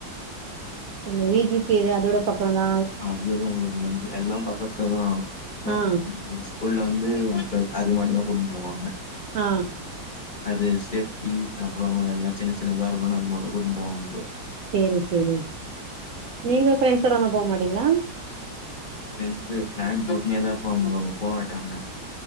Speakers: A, on the right; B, on the left.
A: இல்ல வி ஜி பி இது அதோட பக்கோந்தா
B: அதுதாம் ப்ரோ நன்றி எல்லாம் பக்கத்ததா <unintelligible>
A: ஆ
B: துள்ள வந்து அப்பக் அது மட்டுந்தா கொண்டு போவாங்க
A: ஆ
B: அது சேஃப்டி அப்றோ எல்லா சின்ன சின்னதா இருக்குனு அதுக்கு மட்டு கூட்டுனு போவாங்க ப்ரோ
A: சேரி சேரி நீங்க ஃபிரெண்ட்ஸோடலா போவ மாட்டீங்ளா
B: ஃப்ரெண்ட்ஸ்சு பிளான் போட்னேதா இப்பாங்க ப்ரோ போவ் வட்டாங்க